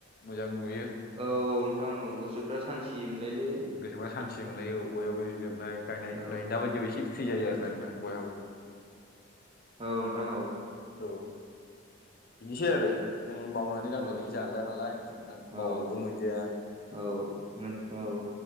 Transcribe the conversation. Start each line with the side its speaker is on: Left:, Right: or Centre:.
Left: मोजां नुयो
Right: औ नोंथां गोसोफ्रा सान्थि मोनलायोलै
Left: एबा सान्थि मोनलायो औ बयहाबो जोबनाय गायनाय
Right: औ
Left: फुनाय दाबायदियावबो एसे फ्रि जायो आरो आर ना नोंथां बयहाबो
Right: औ नोंथां औ
Left: औ बिनोसै आरो जों मावनानै दांनानै
Right: औ
Left: जाग्रा नालाय नोंथां मावाबाबो
Right: औ
Left: मोनजाया
Right: औ औ